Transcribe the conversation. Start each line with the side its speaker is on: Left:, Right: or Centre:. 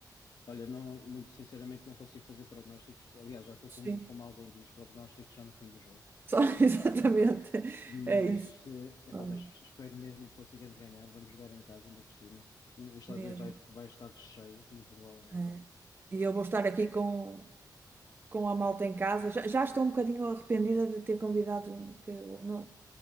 Left: Olha, não, muito sinceramente não consigo fazer prognósticos. Aliás, já estou
Right: Sim,
Left: como, como alguém diz, prognósticos só no fim do jogo.
Right: só, <laughs> exatamente.
Left: Mas,
Right: É isso.
Left: eh, epá,
Right: Ai,
Left: mas espero mesmo que consigamos ganhar. Vamos jogar em casa ainda por cima. O, o estádio
Right: Mesmo.
Left: vai, vai estar cheio, muito provavelmente.
Right: É. E eu vou estar aqui com. com a malta em casa. Já, já estou um bocadinho arrependida de ter convidado. que eu não-